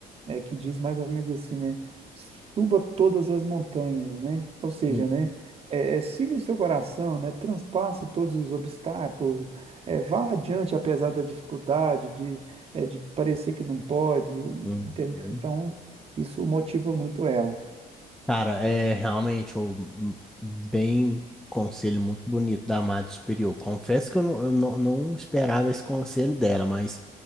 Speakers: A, on the right; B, in the centre.
A: É, que diz mais ou menos assim, né? Suba todas as montanhas, né? Ou seja,
B: uhum,
A: né? É, é, siga o seu coração, né? Transpasse todos os obstáculos, é, vá adiante apesar da dificuldade, de, é, de parecer que não pode,
B: uhum.
A: entendeu? Então, isso motiva muito ela.
B: Cara, é realmente o bem conselho muito bonito da Amada Superior. Confesso que eu, não, eu não, não esperava esse conselho dela, mas